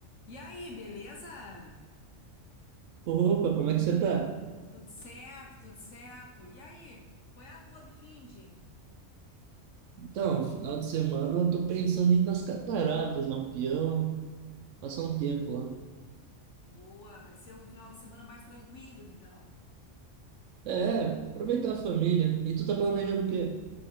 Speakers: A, on the left; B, on the right.
A: E aí, beleza?
B: Opa, como é que você tá?
A: Tudo certo, tudo certo. E aí, qual é a boa do finde?
B: Então, final de semana eu tô pensando em ir nas cataratas, dar um peão, passar um tempo lá.
A: Boa, vai ser um final de semana mais tranquilo, então.
B: É, aproveitar a família. E tu tá planejando o quê?